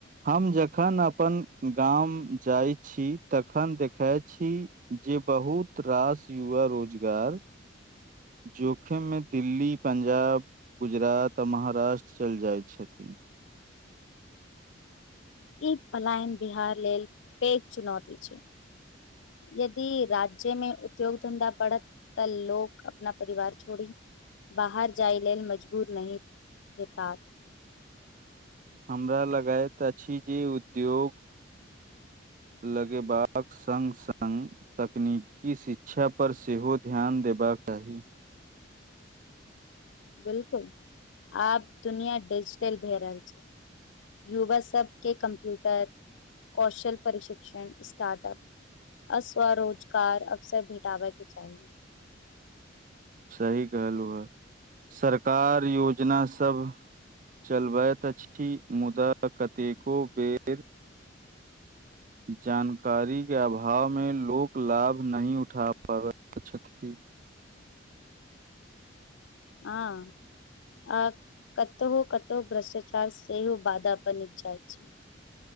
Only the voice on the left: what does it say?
ई पलायन बिहार लेल पेघ चुनौती छै यदि राज्य मे उद्योग धंधा बढ़त तऽ लोक अपना परिवार छोड़ी बाहर जाइ लेल मजबूर नहि हेताथ
<inaudible> बिलकुल आब दुनिया डिजिटल भए रहल छै युवा सबके कम्प्यूटर कौशल प्रशिक्षण स्टार्टअप आ स्व रोजगार अवसर भेटाबे के चाही
हं आ कतहु कतहु भ्रष्टाचार सेहो बाधा पर नच जाइ छै